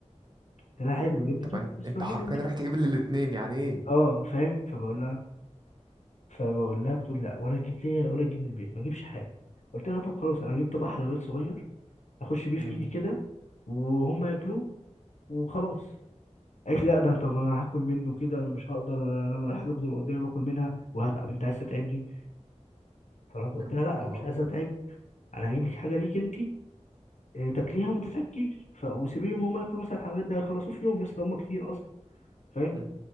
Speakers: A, on the left; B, on the right.
A: قلت لها عادي بجيب لك
B: طب
A: انت
B: أنت
A: بس
B: أنت
A: بجيب
B: حرفيا
A: للبيت
B: رايح تجيب لي الاتنين يعني إيه؟
A: اه فاهم فبقول لها فبقول لها بتقول لا ولا تجيب ليا ولا تجيب للبيت ما اجيبش حاجه قلت لها طب خلاص انا اجيب طبق حلويات صغير اخش بيه في
B: مم.
A: ايدي كده وهم ياكلوه وخلاص قالت لا ده طب انا هاكل منه كده انا مش هقدر انا لما الحاجه بتبقى قدامي باكل منها وهتعب انت عايز تتعبني فرحت
B: يعني
A: قلت لها لا انا
B: أه
A: مش عايز اتعب انا هجيب لك حاجه ليك انت آه، تاكليها وما تتعبكيش ف... وسيبيهم هم ياكلوا مثلا الحلويات ده هيخلصوه في يوم يا اسطى هم كتير اصلا فاهم
B: مم.